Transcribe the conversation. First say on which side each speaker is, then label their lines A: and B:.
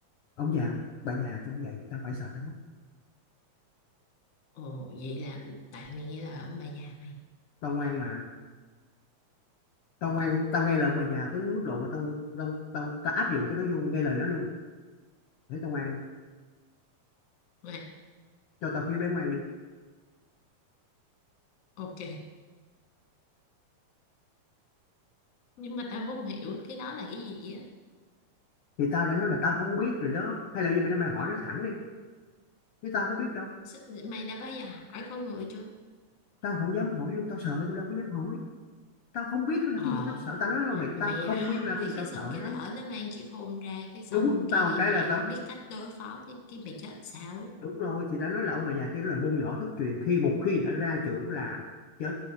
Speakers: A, on the left; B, on the left.
A: ông già bà già tao cũng vậy tao phải sợ nó
B: Ồ, vậy là tại mày nghe lời ông bà già mày.
A: tao ngoan mà tao
B: Ừ.
A: ngoan tao nghe lời ông bà già tới mức độ mà tao tao tao, tao áp dụng cái đó vô nghe lời nó luôn để tao ngoan không?
B: Ừ.
A: cho tao khiêu bé ngoan đi
B: Ok. Nhưng mà tao không hiểu cái đó là cái gì á.
A: thì tao đã nói là tao không biết rồi đó hay là bây giờ mày ra mày hỏi nó thẳng đi chứ tao có biết đâu
B: S- Mày đã bao giờ hỏi con người chưa?
A: tao không dám hỏi luôn tao sợ tao đâu có dám hỏi tao không biết là
B: Ờ,
A: cái gì tao sợ tao nói là mày
B: mày
A: tao không
B: hỏi
A: biết là cái gì tao
B: cái
A: sợ
B: xong cái
A: lắm
B: lỡ nó mang chiếc khôn ra cái xong
A: nó quất
B: cái
A: tao một cái
B: mày
A: là tao
B: không biết cách đối phó cái, cái mày chết sao? á.
A: đúng rồi thì tao nói là ông bà già kia nó là môn võ thất truyền khi một khi đã ra trưởng là chết